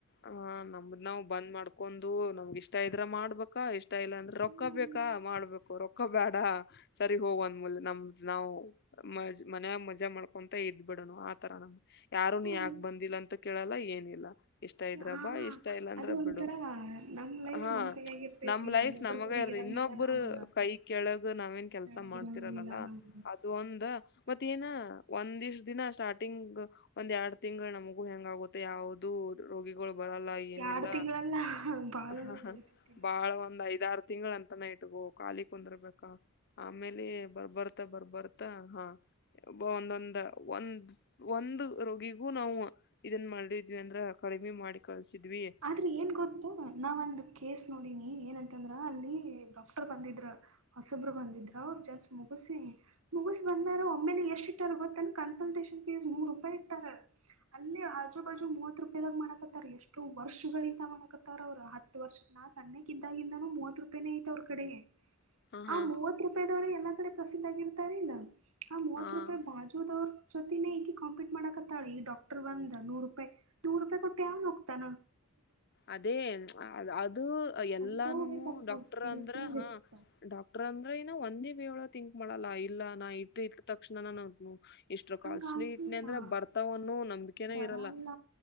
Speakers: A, on the left; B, on the right.
A: ಹ ನಮ್ದ್ ನಾವ್ ಬಂದ್ ಮಾಡ್ಕೊಂಡು ನಮ್ಗ ಇಷ್ಟ ಇದ್ರ ಮಾಡ್ಬಾ ಇಷ್ಟ ಇಲ್ಲ ಅಂದ್ರ ರೊಕ್ಕ
B: ಹ್ಮ್
A: ಬೇಕಾ ಮಾಡ್ಬೇಕು ರೊಕ್ಕ ಬೇಡ ಸರಿ ಹೋಗಂದ್ ಮೂಲ್ ನಮ್ದ್ ನಾವವು ಮಜ್ ಮನ್ಯಾಗ ಮಜಾ ಮಾಡ್ಕೊಂತ ಇದದ್ ಬಿಿಡೋನು ಆತರ ನಮ್ ಯಾರು
B: ಹ್ಮ್
A: ನೀ ಯಾಕ ಬಂದಿಲ್ಲ ಅಂತ ಕೇಳಲ್ಲ ಏನಿಲ್ಲ ಇಷ್ಟ ಇದ್ರ
B: ಆ
A: ಬಾ ಇಷ್ಟ ಇಲ್ಲ ಅಂದ್ರ
B: ಅದು ಒಂಥರ
A: ಬಿಡು
B: ನಮ್ ಲೈಫ್
A: ಹಾ
B: ನಮ್ ಕೈಯಾಗಿರ್ತೈತಿ
A: ನಮ್ ಲೈಫ್
B: ಇನ್ನೊಬ್ರ
A: ನಮಗ
B: ಕೈಯಾಗಿರಂಗಿಲ್ಲ
A: ಇರ್ದ ಇನ್ನೊಬ್ಬರು
B: ನಾವ್
A: ಕೈ ಕೆಳಗ ನಾವೇನ್ ಕೆಲ್ಸ
B: ತೆಳಗಿರಂಗಿಲ್ಲ
A: ಮಾಡ್ತಿರಲ್ಲಾ
B: ನಾವು
A: ಒಂದ ಮತ್ತ ಏನ ಒಂದಿಷ್ಟ ದಿನ ಸ್ಟಾರ್ಟಿಂಗ್ ಒಂದ್ ಎರಡ್ ತಿಂಗಳು ನಮಕ್ <unintelligible> ಹೆಂಗಗುತ್ತೆ ಯಾವುದು ರೋಗಿಗಳು ಬರಲ್ಲ <unintelligible> ಏನಿಲ್ಲ
B: ಎರಡ್ ತಿಂಗಳಲ್ಲ ಬಾಳ
A: ಹ
B: ನಡೀತಿರ್ತಿವ
A: ಬಾಳ ಒಂದ್ ಐದಾರ <unintelligible> ತಿಂಗಳಂತ ನೈಟ್ಗೋ ಖಾಲಿಂದಿರ್ಬೇಕ ಆಮೇಲೆ ಬರ್ ಬರ್ <unintelligible> ಬರ್ ಬರ್ತಾ ಹಾ <unintelligible> ಒಬ್ಬ ಒಂದೊಂದ ಒಂದ್ ಒಂದ್ ರೋಗಿಗೂ ನಾವು <unintelligible> ಇದನ್ ಮಾಡಿದ್ವಿ ಅಂದ್ರ ಕಡಿಮೆ ಮಾಡಿ ಕಲ್ಸಿದ್ವಿ <unintelligible>
B: ಆದ್ರೆ ಏನ್ ಗೊತ್ತು <unintelligible> ನಾವ ಒಂದು ಕೇಸ್ ನೋಡಿನಿ ಏನಂತಂದ್ರೆ ಅಲ್ಲಿ ಡಾಕ್ಟರ್ ಬಂದಿದರು <unintelligible> ಹೊಸೊಬ್ರು ಬಂದಿದ್ರ ಅವರು ಜಸ್ಟ್ ಮುಗುಸಿ ಮುಗಸ ಬಂದಾರ <unintelligible> ಆಮೇಲೆ ಎಷ್ಟ ಇಾರ ಗೊತ್ತಂದ ಕನ್ಸಲ್ಟೇಷನ್ ಫೀಸ್ ನೂರು ರೂಪಾಯಿ ಇಟ್ಟಾರ <unintelligible> ಅಲ್ಲಿ ಆಜು ಬಾಜು ಮೂವತ್ ರೂಪಾಯದಾಗ ಮಾಡಕತ್ತಾರ ಎಷ್ಟು <unintelligible> ವರ್ಷಗಳಿಂದ ಮಾಡಕತ್ತಾರ ಅವರು ಹತ್ತು ವರ್ಷ <unintelligible> ನಾನ್ ಸಣ್ಣಗ ಇದ್ದಾಗಿಲ್ಲಾನು ಮೂವತ್ ರೂಪಾಯನ ಐತ ಅವ್ರ ಕಡೆ <unintelligible>
A: ಹ ಹಾ
B: ಆ ಮೂವತ್ ರೂಪಾಯ ದವ್ರ ಎಲ್ಲಾ ಕಡೆ ಪ್ರಸಿದ್ಧ ಆಗಿರ್ತಾರಿಲ್ಲಾ ಆ ಮೂವತ್
A: ಹಾ
B: ರೂಪಾಯಿ ಬಾಜ <unintelligible> ಅವ್ರ ಜೊತನೇ ಈಕಿ ಕಾಂಪೀಟ್ ಮಾಡಕತ್ತಾಳೆ ಈ ಡಕ್ರ್ ಬಂದ ನೂರು ರೂಪಾಯಿ ನೂರು ರೂಪಾಯಿ ಕೊಟ್ಟ ಅವ್ರ್ ತಾನ
A: ಅದೇ ಅದು ಎಲ್ಲಾನುನು
B: ಅಂತವು ಬೇಕಾಗ್ತಾವ
A: ಡಾಕ್ಟರ್
B: ಸ್ಕಿಲ್ಸ್ನು
A: ಅಂದ್ರ ಹ
B: ಬೇಕಾಗ್ತಾವ
A: ಡಾಕ್ಟರ್ ಅಂದ್ರೆ ಇನ ಒಂದೇ ಬೇೇಳಳ ತಿಂಕ್ ಮಾಡಲ್ಲ ಇಲ್ಲ ನಾ ಇಟ್ಟ ಇಟ್ಟ ತಕ್ಷಣನ ನೋ ಇಷ್ಟು ಕಾಿಸ್ಲಿ
B: ಹಂಗಾಗಿ
A: ಇಟ್ಟನ
B: ಹಾ
A: ಅಂದ್ರೆ ಬರ್ತಾವ ಅನ್ನೋ ನಂಬಿಕೆನ
B: ಬರಲ್ಲ
A: ಇರಲ್ಲ